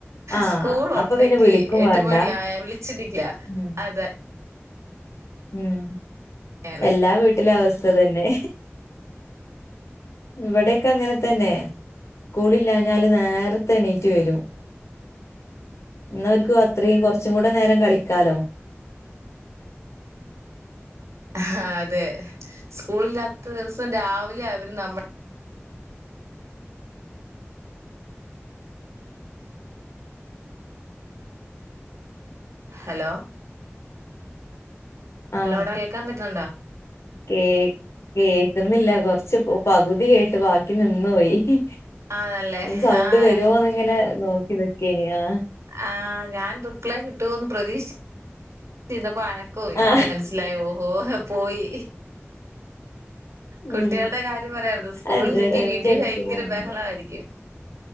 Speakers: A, on the left; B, on the right.
A: ആഹ്
B: സ്കൂൾ
A: അപ്പൊ
B: ഉണ്ടെങ്കി
A: പിന്നെ വിളിക്കും
B: എട്ട
A: വേണ്ട
B: മണിായ വിളിച്ചിടിക്കില്ല
A: ഉം
B: അതെ
A: ഉം
B: അങ്ങനെയാണ്
A: എല്ലാ വീട്ടിലും അവസ്ഥ തന്നെ ഇവിടെൊക്കെ അങ്ങനെ തന്നെ സ്കൂളില്ലഞ്ഞാല് നേരത്തെ എണീറ്റ് വരും എന്ന അവർരിക്കും അത്രയും കൊറച്ചും കൂടെ നേരം കളിക്കാലോ
B: ആഹ് അതെ സ്കൂള ഇില്ലാത്ത ദിവസം രാവിലെ അവര്ും നമ്മുടെ ഹലോ
A: ആഹ്
B: ഹലോടാ കേൾക്കാൻറ്റണ്ടോ
A: കേ കേൾക്കുന്നില്ല കൊറച്ച് പകുതി കേട്ട് ബാക്കി നിന്ന പോയി
B: ആണല്ലേ
A: ഞാൻ സൗണ്ട്
B: ആഹ്
A: വരുവോന്ന് ഇങ്ങനെ നോക്കി നക്കേനിയാ
B: ആ ഞാൻ റിപ്ലൈ കിട്ടുമോന്ന് പ്രതീക്ഷിച്ച ചെയപ്പോ അന ക്കം ഇല്ല
A: ആ
B: അത മനസ്സിലായി ഓഹോ പോയി കുട്ടികളുടെ
A: ഉം
B: കാര്യം പറയാരുത് സ്കൂളില്ലെങ്കിൽ
A: അത് റേഞ്ച്
B: വീട്ടിൽ
A: എടക്ക്
B: ഭയങ്കര
A: പോവുന്നുണ്ട്
B: ബഹളമായിരിക്കും